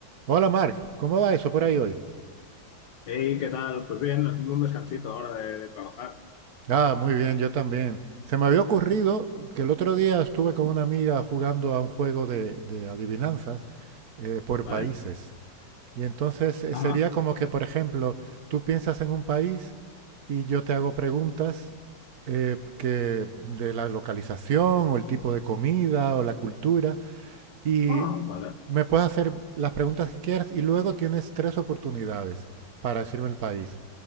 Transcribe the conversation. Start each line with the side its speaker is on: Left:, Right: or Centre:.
Right: Hola Mark, ¿cómo va eso por ahí hoy?
Left: Hey, ¿qué tal? Pues bien, haciendo un descansito ahora de, de trabajar,
Right: Ah, muy bien, yo también. Se me había ocurrido que el otro día estuve con una amiga jugando a un juego de, de adivinanzas eh, por
Left: ¿vale?
Right: países. Y entonces eh,
Left: Ajá.
Right: sería como que, por ejemplo, tú piensas en un país y yo te hago preguntas eh, que de la localización o el tipo de comida o la cultura y
Left: Ah, vale,
Right: me puedes hacer las preguntas que quieras y luego tienes tres oportunidades para decirme el país.